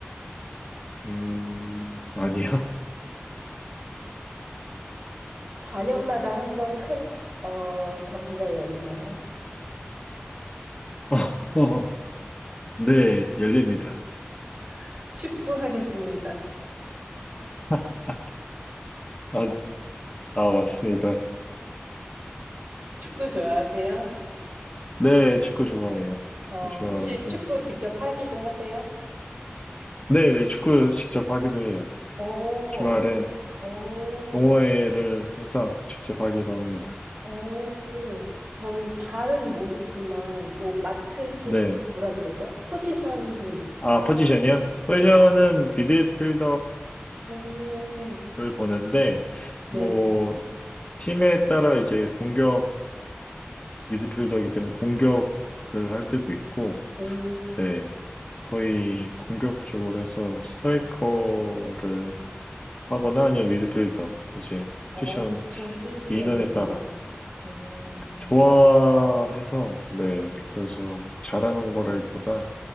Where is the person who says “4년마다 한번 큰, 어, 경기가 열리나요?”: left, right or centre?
Right